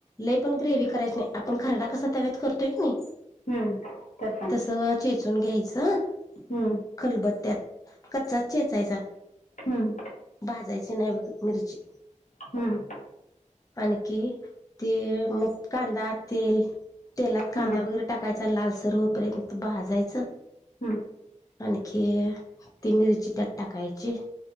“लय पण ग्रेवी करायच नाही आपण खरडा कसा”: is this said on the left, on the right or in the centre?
Left